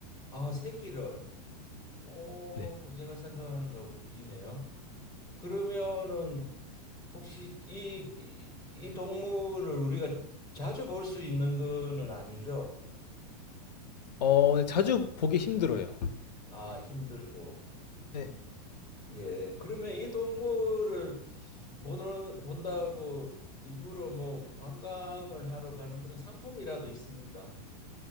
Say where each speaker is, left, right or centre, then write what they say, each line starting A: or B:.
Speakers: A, on the left; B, on the left.
A: 아, 새끼를. 오,
B: 네.
A: 제가 생각하는 거하고 틀리네요. 그러면은 혹시 이, 이, 이 동물을 우리가 자주 볼 수 있는 거는 아니죠?
B: 어, 네, 자주 보기 힘들어요.
A: 아, 힘들고.
B: 네.
A: 예. 그러면 이 동물을 보는, 본다고 일부러 뭐 관광을 하러 가는 그런 상품이라도 있습니까?